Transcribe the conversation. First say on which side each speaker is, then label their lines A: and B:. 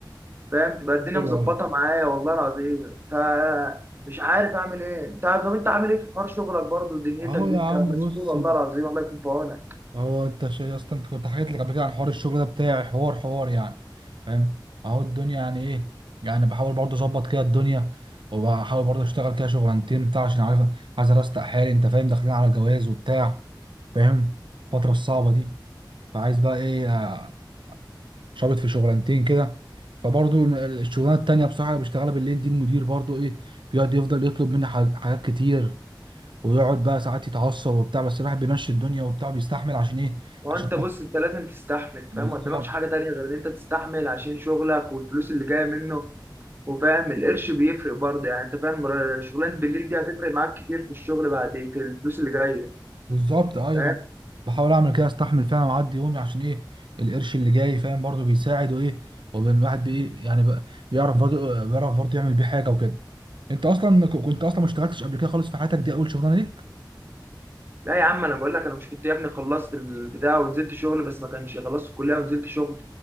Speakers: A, on the right; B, on the right.
A: فاهم تبقى الدنيا
B: ايوه
A: مظبطه
B: ايوه
A: معايا والله العظيم فمش عارف اعمل ايه انت طب انت عامل ايه في حوار شغلك برضو دنيتك
B: اهو
A: دي
B: يا
A: انت
B: عم
A: مسؤول
B: بص
A: والله العظيم الله يكون في عونك
B: اهو انت شا- يا اسطى انت كنت حكيت لك قبل كده عن حوار الشغل ده بتاعي حوار حوار يعني فاهم اهو الدنيا يعني ايه يعني بحاول برضه اظبط كده الدنيا وبحاول برضه اشتغل كده شغلانتين بتاع عشان عارف عايز ارستق حالي انت فاهم داخلين على جواز وبتاع فاهم الفترة الصعبة دي فعايز بقى ايه آه، شابط في شغلانتين كده فبرضه الشغلانه التانية بصراحة اللي بشتغلها بالليل دي المدير برضه ايه بيقعد يفضل يطلب مني ح- حاجات كتير ويقعد بقى ساعات يتعصب وبتاع بس الواحد بيمشي الدنيا وبتاع بيستحمل عشان ايه
A: وانت
B: عشان
A: بص
B: يحط
A: انت لازم تستحمل فاهم
B: بالظبط
A: ما قدامكش حاجه تانيه غير ان انت تستحمل عشان شغلك والفلوس اللي جايه منه وفاهم القرش بيفرق برضه يعني انت فاهم ر- شغلانه بالليل دي هتفرق معاك كتير في الشغل بعد في الفلوس اللي جايه
B: بالظبط ايوه
A: فاهم
B: بحاول اعمل كده استحمل فعلا واعدي يومي عشان ايه القرش اللي جاي فاهم برضه بيساعد وايه وبين الواحد بايه يعني بقى بيعرف برضه بيعرف برضه يعمل بيه حاجه وكده انت اصلا ك- كنت اصلا ما اشتغلتش قبل كده خالص في حياتك دي اول شغلانه ليك
A: لا يا عم انا بقول لك انا مش كنت يا ابني خلصت البتاع ونزلت شغل بس ما كانش خلصت الكليه ونزلت شغل